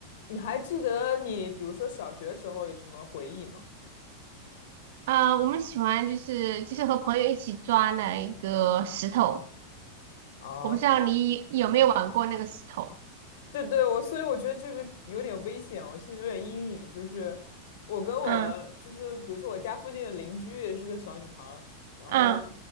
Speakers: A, on the left (about 55°); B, on the right (about 55°).
A: 你还记得你比如说小学时候有什么回忆吗？
B: 啊，我们喜欢就是就是和朋友一起抓那一个石头，
A: 啊，
B: 我不知道你有没有玩过那个石头。
A: 哦对对，我所以我觉得这个有点危险，我心里有点阴影。就是我跟我就是比如说我家附近的邻居也是个小女孩儿，
B: 嗯
A: 然后
B: 嗯，